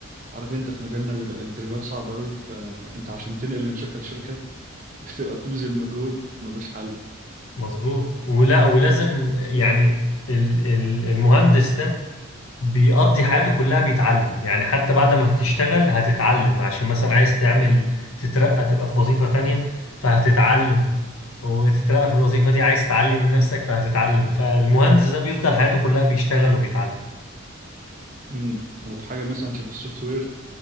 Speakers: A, on the right; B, on the left.
A: عارف انت في مجالنا بيبقى الانترفيوهات صعبه قوي فانت عشان تنقل من شركه لشركه <laughs> بتبقى بتبذل مجهود ملوش حل
B: مظبوط ولا ولازم يعني ال- ال- المهندس ده بيقضي حياته كلها بيتعلم يعني حتى بعد ما هتشتغل هتتعلم عشان مثلا عايز تعمل تترقى تبقى في وظيفة تانية فهتتعلم وتترقى في الوظيفة دي عايز تعلي من نفسك فهتتعلم فالمهندس ده بيفضل حياته كلها بيشتغل وبيتعلم
A: امم وفي حاجه مثلا شبه السوفت وير